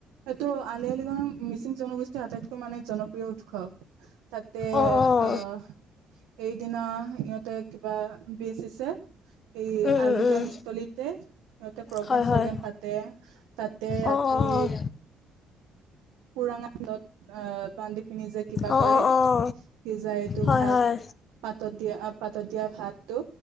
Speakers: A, on the right; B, on the left.
A: এইটো আলি অলিগাও মিচিং জনগোষ্ঠীৰ আটাইতকৈ মানে জনপ্ৰিয় উৎসৱ তাতে
B: অঁ অঁ
A: আহ এইদিনা সিহতে কিবা বজিছে। এই
B: উম,
A: আৰ্লিগাংস্থলীতে
B: উম, উম,
A: সিহঁতে প্ৰগ্ৰেম
B: হয় হয়
A: চগ্ৰেম পাতে তাতে ৰাতি
B: অঁ অঁ
A: উুৰাংত আহ বান্ধি পিনি যে কিবা
B: অঁ
A: কৰে
B: অঁ অঁ অঁ
A: সিজাই এইটো
B: হয়
A: ভাত
B: হয়
A: পাতৰ দিয়া পাতৰ তটো